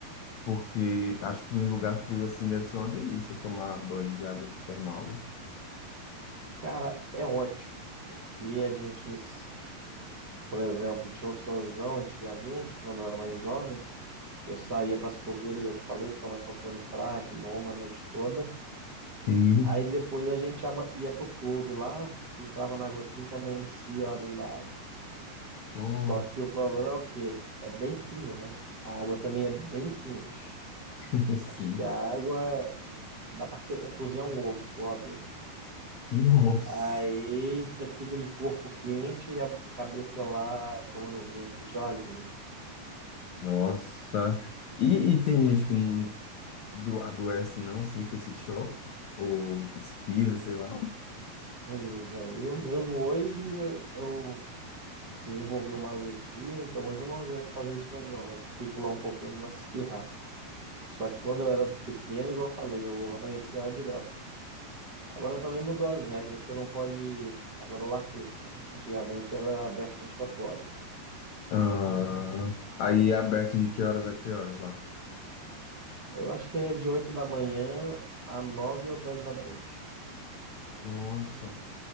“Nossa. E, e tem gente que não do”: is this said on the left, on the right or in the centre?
Left